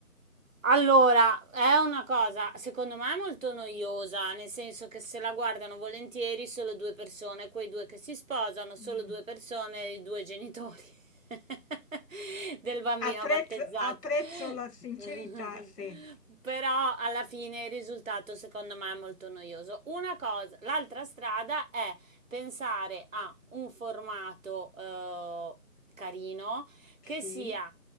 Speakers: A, on the right; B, on the left.
A: Allora, è una cosa secondo me molto noiosa, nel senso che se la guardano volentieri solo due persone, quei due che si sposano, solo
B: Mm.
A: due persone, i due genitori <laughs> del bambino
B: Apprezzo,
A: battezzato.
B: apprezzo la sincerità,
A: <laughs>
B: sì.
A: Però alla fine il risultato secondo me è molto noioso. Una cosa, l'altra strada è pensare a un formato eh, carino
B: Sì.
A: che sia